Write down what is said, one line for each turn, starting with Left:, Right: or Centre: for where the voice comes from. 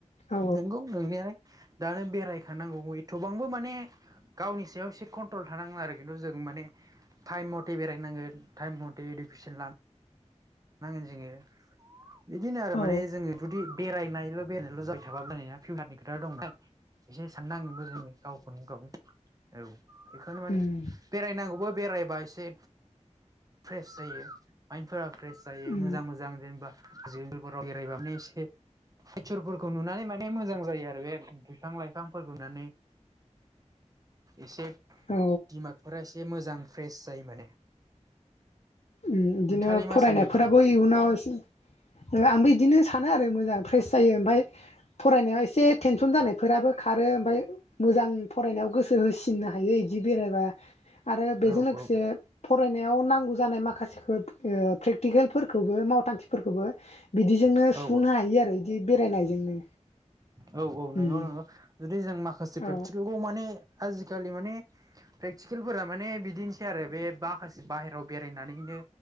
Left: औ
Right: नंगौ नोंनायालाय दानो बेरायखानांगौ एथ'बांबो माने गावनि सायाव एसे कन्ट्रल थानाङो आरो खिन्थु जों माने टाइम मथे बेरायनांगोन टाइम मथे इडुकेसन लान नांगोन जोङो बिदिनो आरो
Left: औ
Right: माने जोङो जुदि बेरायनायल' बेरायनायल' <unintelligible> एसे साननांगोनबो। औ गावखौनो गाव औ बेखौनो माने
Left: उम
Right: बेरायनांगौबो बेरायबा एसे फ्रेस जायो माइनफोरा फ्रेस जायो
Left: उम
Right: मोजां मोजां जेनेबा <unintelligible> नेटसार फोरखौ नुनानै माने मोजां जायो आरो बे बिफां-लाइफांफोरखौ नुनानै एसे
Left: औ
Right: दिमागफोरा एसे मोजां फ्रेस जायो माने
Left: ओम इदिनो
Right: नोंथाङालाय मा
Left: फरायना
Right: सानो बिदिखौलाय
Left: फोराबो इयुनाव एसे ओ आंबो इदिनो सानो मोजां फ्रेस जायो ओमफाय फरायनायाव एसे टेनसन जानायफोराबो खारो ओमफाय मोजां फरायनायाव गोसो होसिननो हायो इदि बेरायबा आरो
Right: औ
Left: बेजों
Right: औ औ
Left: लोगोसे फरायनायाव नांगौ जानाय मा खासेखो ओ प्रेक्टिकेलफोरखोबो मावथांखिफोरखोबो बिदिजोंनो सुफुंनो
Right: औ
Left: हायो आरो इदि बेरायनायजोंनो
Right: औ औ नोंगौ
Left: उम
Right: नोंगौ जुदि जों माखासे
Left: औ
Right: प्रेक्टिकेलखौ माने आजि खालि माने प्रेकटिकेलफोरा माने बिदिनोसै आरो बे माखासे बाहेरायाव बेरायनानैनो